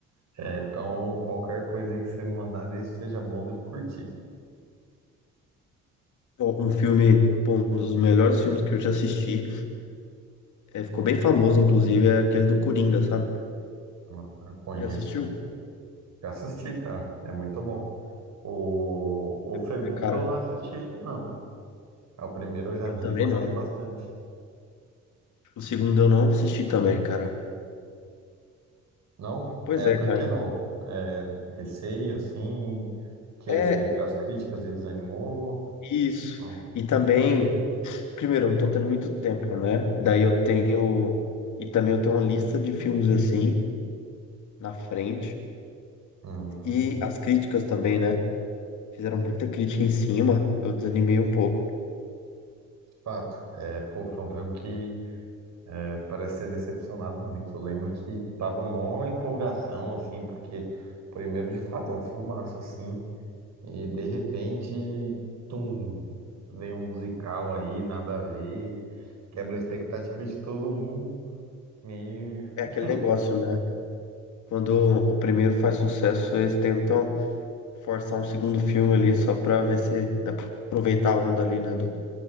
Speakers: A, on the right; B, on the left.
A: É, então, qualquer coisa aí que você me mandar, desde que seja bom, eu devo curtir.
B: Pô, Um filme, pô, um dos melhores filmes que eu já assisti, é, ficou bem famoso, inclusive, é aquele do Coringa, sabe?
A: Ah, Conheço,
B: Já assistiu?
A: já assisti, cara. É muito bom. O, o segundo
B: Não, né, cara?
A: eu não assisti ainda, não. É O primeiro eu já
B: Eu
A: vi
B: também
A: e gostei
B: não.
A: bastante.
B: O segundo eu não assisti também, cara.
A: Não?
B: Pois
A: É,
B: é,
A: por
B: cara.
A: que não? É, receio, assim, que
B: É
A: você viu as críticas e desanimou?
B: isso.
A: Não.
B: E também, primeiro, eu não tô tendo muito tempo, né? Daí eu tenho. E também eu tenho uma lista de filmes assim, na frente.
A: Hum,
B: E as críticas também, né? Fizeram muita crítica em cima, eu desanimei um pouco.
A: de fato. É, pô, foi um filme que é, parece ser decepcionado muito. Eu lembro que tava mó empolgação, assim, porque primeiro, de fato, é um filmaço, assim. E de repente, tum, vem um musical aí, nada a ver, quebra a expectativa de todo mundo. E,
B: É aquele
A: hum,
B: negócio, né? Quando o primeiro faz sucesso, eles tentam forçar um segundo filme ali só pra ver se aproveitar a onda ali, né? Do...